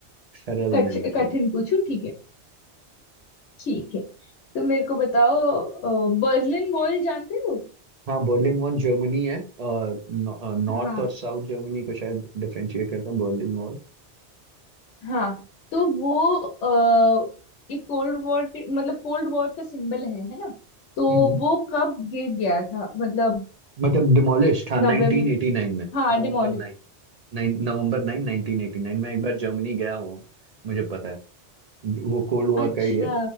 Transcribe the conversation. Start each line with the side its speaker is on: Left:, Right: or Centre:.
Right: सरल
Left: कठ,
Right: में नहीं खेल।
Left: कठिन पूछू ठीक है ठीक है तो मेरे को बताओ अ, बर्लिन वॉल जानते हो
Right: हाँ बर्लिन वॉल जर्मनी है नॉर्थ
Left: हाँ
Right: और साउथ जर्मनी को शायद डिफरेंशिएट करता है बर्लिन वॉल
Left: हाँ तो वो अ, एक कोल्ड वॉर के मतलब कोल्ड वॉर का सिंबल है है ना तो
Right: हम्म,
Left: वो कब गिर गया था मतलब
Right: मतलब डिमोलिश था 1989
Left: नवंबर
Right: में
Left: हाँ
Right: नवंबर
Left: डिमोलिश
Right: 9 नाइन नवंबर 9 1989 में एक बार जर्मनी गया हूँ मुझे पता है वो कोल्ड वॉर
Left: अच्छा
Right: का ही है